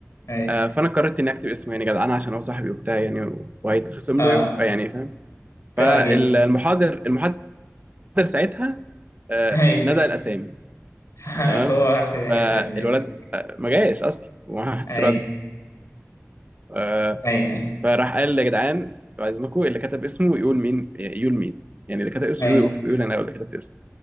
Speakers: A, on the left; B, on the right.
A: أي
B: آه، فانا قررت اني اكتب اسمه يعني جدعان عشان هو صاحبي وبتاع يعني و- وهيتخصم
A: آه
B: له يوم آه، يعني فاهم
A: طلع
B: فالمحاضر
A: جه
B: المحاضر ساعتها آه،
A: أي
B: نادى الاسامي
A: <laughs>
B: تمام
A: فهو عارف إيه هيخرب
B: فالولد
A: بيت
B: آه، ما جايش اصلا وما حدش
A: أي
B: رد آه،
A: أي أي
B: فراح قال يا جدعان بعد اذنكم اللي كتب اسمه يقول مين يقول مين يعني اللي كتب اسمه
A: أي
B: يقول يقول انا اللي كتبت اسمه